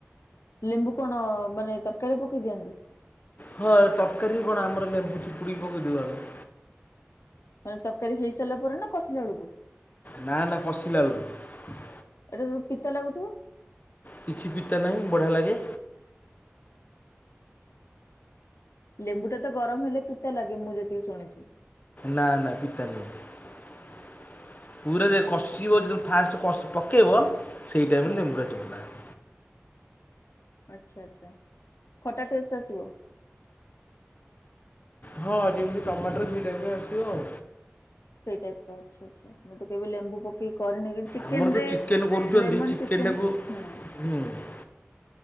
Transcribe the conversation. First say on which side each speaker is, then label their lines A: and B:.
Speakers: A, on the left; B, on the left.
A: ଲେମ୍ବୁ କଣ ମାନେ ତରକାରୀ ପକେଇ ଦିଅନ୍ତି?
B: ହଁ ତରକାରୀ ବି କଣ ଆମର ଲେମ୍ବୁ ଚିୁଡ଼ି ପକେଇଦୋଉ ଆମେ।
A: ମାନେ ତରକାରୀ ହେଇ ସାରିଲା ପରେ ନା କସିଲା ବେଳକୁ?
B: ନା ନା କସିଲା ବେଳକୁ।
A: ଏଇଟା ତୋ ପିତା ଲାଗୁଥିବ?
B: କିଛି ପିତା ନାହିଁ ବଢ଼ିଆ ଲାଗେ।
A: ଲେମ୍ବୁ ଟା ତ ଗରମ ହେଲେ ଫିତା ଲାଗେ ମୁଁ ଯେତିକି ଶୁଣିଛି।
B: ନା ନା ପିତା ନାଁହି ପୁର ଦେ
A: ଆଚ୍ଛା
B: କଷିବ ଯେ ଫାଷ୍ଟ ପ ପକେଇବ ସେଇ ଟାଇମ୍
A: ହୁଁ
B: ରେ ଲେମ୍ବୁଟା ଚିପୁଢ଼ା ହବ।
A: ଆଛା ଆଛା ଖଟା ଟେଷ୍ଟ ଆସିବ?
B: ହଁ ଯେମିତି ଟମାଟର ସେଇ ଟାଇପ୍ ଆସଥିବ ଆଉ।
A: ସେଇ ଟାଇପ୍ ର ଆଛା ଆଛା ମୁଁ ତ କେବେ ଲେମ୍ବୁ ପକେଇ କରିନି କି ଚିକେନ
B: ଆମର ଯେଉଁ
A: ରେ
B: ଚିକେନ୍ କରୁଛନ୍ତି
A: ଲେମନ
B: ଚିକେନ୍ଟାକୁ
A: ଚିକେନ ହୁଁ।
B: ହୁଁ।